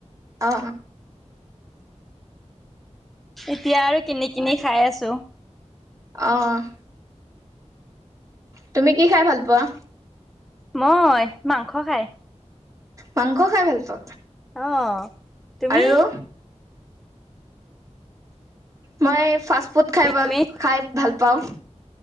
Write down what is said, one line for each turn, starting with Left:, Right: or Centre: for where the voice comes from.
Right: অ
Centre: এতিয়া আৰু কিনি কিনি খাই আছো।
Right: আহ- তুমি কি খাই ভাল পোৱা।
Centre: মই মাংস খাই-
Right: মাংস খাই ভাল পোৱা
Centre: অহ তুমি
Right: আৰু মই ফাষ্ট ফুড খাই বাল
Centre: তুমি
Right: খাই ভাল পাওঁ